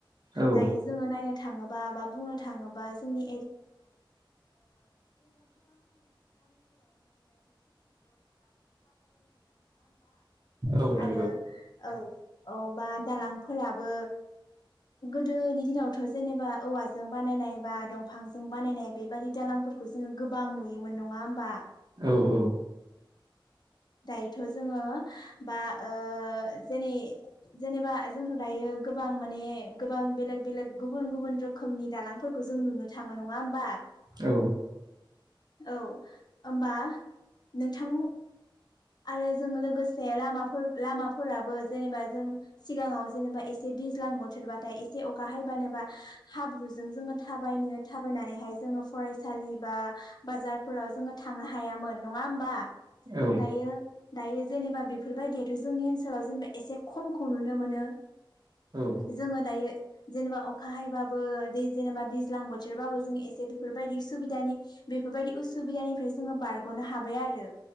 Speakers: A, on the right; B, on the left.
A: औ
B: दायो जोङो नायनो। थाङोबा बा बुंनो थाङोबा जोंनि
A: औ
B: आरो
A: नंगौ
B: औ औबा दालांफोराबो गोदोनि दिनावथ' जेनेबा औवा जों बानायनाय बा दंफांजों बानायनाय बेबादि दालांफोरखौ जोङो गोबां नुयोमोन नङा होमबा।
A: औ औ
B: दायो थ' जोङो बा ओ जेनै जेनेबा जोंथ दायो गोबां माने गोबां बेलेग बेलेग गुबुन गुबुन रोखोमनि दालांफोरखौ जों नुनो थाङो नङा होमबा।
A: औ
B: औ होबा नोंथां। आरो जों लोगोसे लामा लामाफोराबो जेनेबा जों सिगाङाव जेनेबा एसे दैज्लां बोथोरबाथाय एसे अखा हैबानोबा हाब्रुजों जोङो। थाबायनो थाबायनानैहाय जोङो फरायसालि बा बाजारफोराव जोङो थांनो हायामोन नङा होमबा।
A: औ
B: दायो। दायो जेनेबा बेफोरबायदियाथ' जोंनि ओनसोलाव जेनेबा एसे खमखौ नुनो मोनो।
A: औ
B: जोङो दायो। जेनेबा अखा हायबाबो दै जेनेबा दैज्लां बोथोरबाबो जों एसे बेफोरबायदि सुबिदानि बेफोरबायदि उसुबिदानिफ्राय जोङो बारग'नो हाबाय आरो